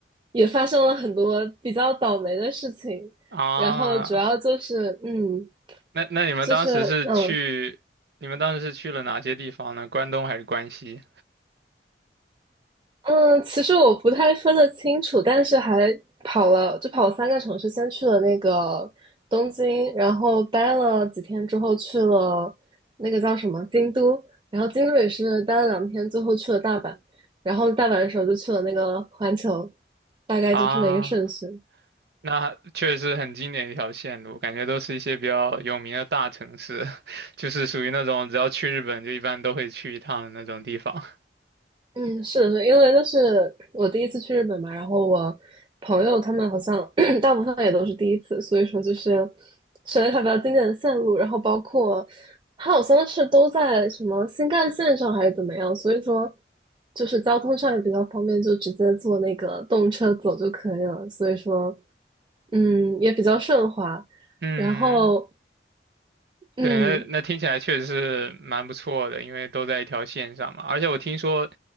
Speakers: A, on the right; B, on the right.
A: 也发生了很多比较倒霉的事情，
B: 啊？
A: 然后主要就是，嗯，
B: 那那你们当时是去，
A: 就是嗯
B: 你们当时是去了哪些地方呢？关东还是关西
A: 嗯，其实我不太分得清楚，但是还跑了，就跑了三个城市，先去了那个东京，然后待了几天之后去了那个叫什么京都，然后京都也是待了两天，最后去了大阪，然后大阪的时候就去了那个环球，大概就这么一个顺序。
B: 啊？那确实很经典一条线路，感觉都是一些比较有名的大城市，<laughs> 就是属于那种只要去日本就一般都会去一趟的那种地方。
A: 嗯，是的，是因为那是我第一次去日本嘛，然后我朋友他们好像 <clears throat> 大部分也都是第一次，所以说就是选了一条比较经典的线路，然后包括它好像是都在什么新干线上还是怎么样，所以说就是交通上也比较方便，就直接坐那个动车走就可以了，所以说嗯也比较顺滑，
B: 嗯。
A: 然后嗯。
B: 对，那那听起来确实是蛮不错的，因为都在一条线上嘛。而且我听说，